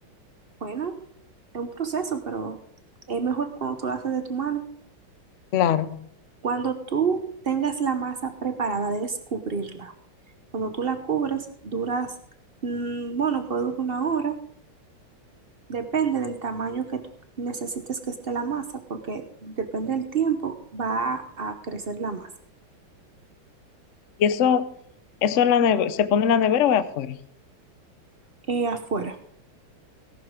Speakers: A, on the right; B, on the left.
A: bueno, es un proceso, pero es mejor cuando tú lo haces de tu mano.
B: Claro.
A: Cuando tú tengas la masa preparada, debes cubrirla. Cuando tú la cubres, duras, mm, bueno, puede durar una hora, Depende del tamaño que tú necesites que esté la masa, porque depende del tiempo va a crecer la masa.
B: Y eso, eso en la neve- se pone en la nevera o es afuera.
A: Eh, afuera,